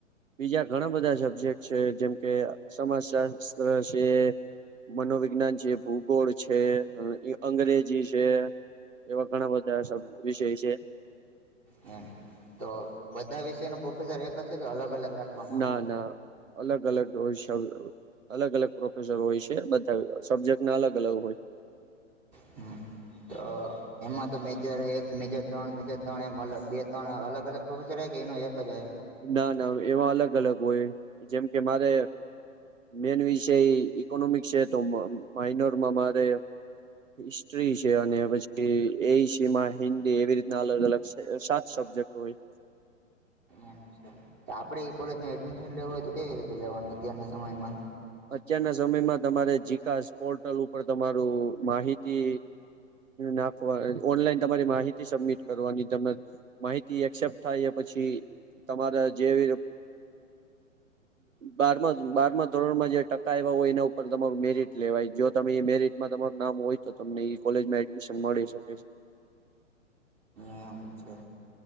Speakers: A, on the right; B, on the right.
A: બીજા ઘણા બધા સબ્જેક્ટ છે જેમકે સમાજશાસ્ત્ર છે મનોવિજ્ઞાન છે ભૂગોળ છે અંગ અંગ્રેજી છે એવા ઘણા બધા સબ વિષય છે
B: હા તો બધા વિષય ના પ્રોફેસર એક છે કે અલગ અલગ રાખવામાં
A: ના
B: આવ્યા છે
A: ના અલગ અલગ હોય શબ અલગ અલગ પ્રોફેસર હોય છે બધા સબ્જેક્ટ ના અલગ અલગ હોય
B: હમ તો એમાં તો મેજર એક મેજર ત્રણ મેજર ત્રણ એમ અલગ બે ત્રણ અલગ અલગ પ્રોફેસર રહે કે એનો એક જ હોય
A: ના ના એમાં અલગ અલગ હોય જેમ કે મારે મેન વિષય ઇકોનોમિક છે તો માઇનોરમાં મારે ટ્રી છે અને <unintelligible> એ સી માં હિન્દી એવી રીતના અલગ અલગ છે સાત સબ્જેક્ટ હોય
B: એમ તો આપડે એ કોલેજમાં એડમિશન લેવું હોય તો કેવી રીતે લેવાનું અત્યારના સમયમાં
A: અત્યારના સમયમાં તમારે જિકાસ પોર્ટલ ઉપર તમારું માહિતી નાખવા ઓનલાઈન તમારી માહિતી સબમિટ કરવાની તમને માહિતી એક્સેપ્ટ થાય પછી પ તમારા જેવી બાર બારમાં ધોરણમાં જે ટકા એવા હોય એના ઉપર તમા મેરિટ લેવાય જો તમે એ મેરટમાં તમારું નામ હોય તો તમને કોલેજમાં એશ મળી શકે છે
B: ં અમ છેો